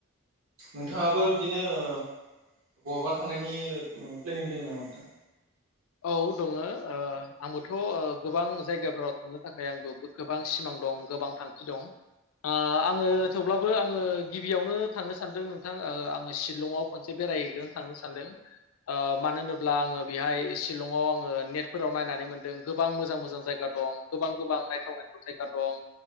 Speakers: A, on the right (about 75°); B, on the left (about 75°).
A: नोंथाङाबो बिदिनो ओ बहाबा थांनायनि ओ प्लेनिं दङ नामा नोंथां?
B: औ दङो ओ आंबोथ' ओ गोबां जायगाफोराव थांनो थाखाय आंबो बो-गोबां सिमां दं गोबां थांखि दं । ओ आङो थेवब्लाबो आङो गिबियावनो थांनो सानदों नोंथां । ओ आङो शिलंआव खनसे बेरायहैग्रोनो थांनो सानदों ओ मानो होनोब्ला आङो बेहाय शिलंआव आङो नेटफोराव नायनानै मोनदों गोबां मोजां मोजां जायगा दं । गोबां गोबां नायथाव नायथाव जायगा दं।